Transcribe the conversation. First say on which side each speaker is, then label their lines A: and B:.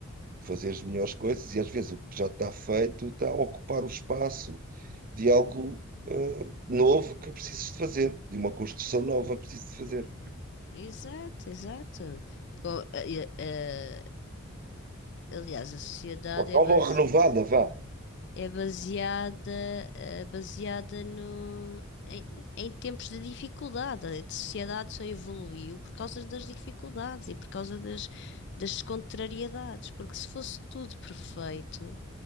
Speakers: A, on the right; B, on the left.
A: fazer as melhores coisas, e às vezes o que já está feito está a ocupar o espaço de algo eh, novo que precisas de fazer, de uma construção nova que precisas de fazer.
B: Exato, exato. Co- eh, eh, Aliás, a sociedade
A: Ou
B: é
A: nova
B: baseada.
A: ou renovada, vá.
B: É baseada, eh, baseada no, em, em tempos de dificuldade. A sociedade só evoluiu por causa das dificuldades e por causa das, das contrariedades. Porque se fosse tudo perfeito,